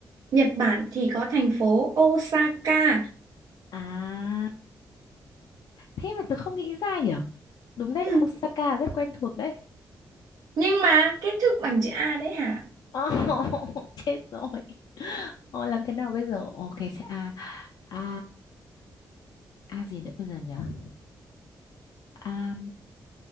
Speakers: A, on the right (about 70°); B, on the left (about 75°).
A: Nhật Bản thì có thành phố Osaka.
B: À, thế mà tớ không nghĩ ra nhở. Đúng đấy,
A: Ừ,
B: Osaka rất quen thuộc đấy.
A: nhưng mà kết thúc bằng chữ A đấy hả?
B: Ồ, <laughs> chết rồi. Ồ, làm thế nào bây giờ? Ok, sẽ a a a gì nữa bây giờ nhở? À,